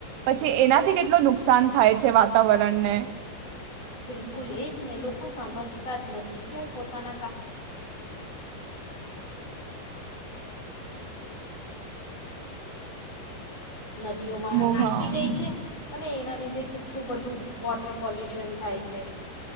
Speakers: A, on the right; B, on the left.
A: પછી એના તો કેટલો નુક નુકસાન થાય છે વાતાવરણને.
B: બિલકુલ એ જ ને લોકો સમજતા જ નથી કે હું પોતાન. નદીઓમાં
A: બો
B: નાખી
A: હા
B: દે છે. અને એના લીધે કેટલું બધું વોટર પોલ્યુશન થાય છે.